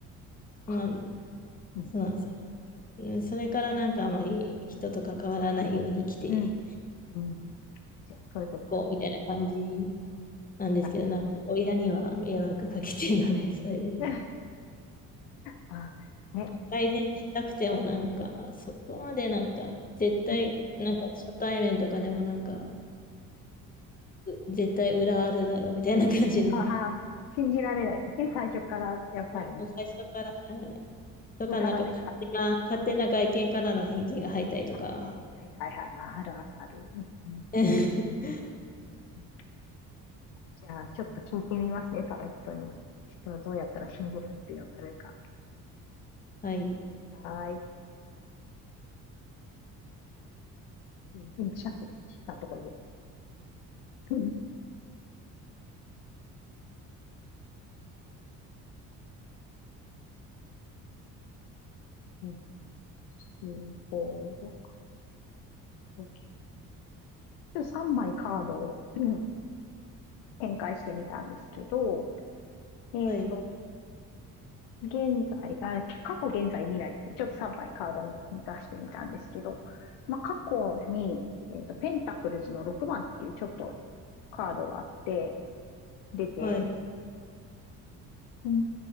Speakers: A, on the left; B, on the left.
A: か
B: まあ、
A: うん。
B: そうなんですよね。うんそれからなんかあまり人と関わらないように生きてい
A: うん。うん。じゃあ、それで
B: こうみたいな感じなんですけど、
A: なっちゃう。
B: なんか親には迷惑かけてるので、<laughs> それで。
A: <laughs> まあ、ね。
B: 改善したくてもなんか、そこまでなんか、絶対、
A: うん
B: なんか初対面とかでもなんか、う絶対裏あるだろうみたいな感じの、
A: ああ、
B: <laughs>
A: 信じられないですね。最初から、やっぱりね、
B: もう最初から、はいだからなんか勝手な、
A: 疑ってかかっちゃう。
B: 勝手な外見からの偏見が入ったりとか、
A: あ、はいはいはい。ああるあるある。うんうん
B: <laughs>
A: うんじゃあ、ちょっと聞いてみますね、タロットに。でもどうやったら信じられるようになるか。
B: はい、
A: はーい。うん今、シャッフルしたところで。うんうんうんこうちょっと3枚カードをうん展開してみたんですけど、えっと、
B: はい、
A: 現在、あ、過去、現在、未来ってちょっと3枚カードに出してみたんですけど、まあ、過去に、えっと、ペンタクルズの6番っていうちょっとカードがあって、出て、
B: はい、
A: うん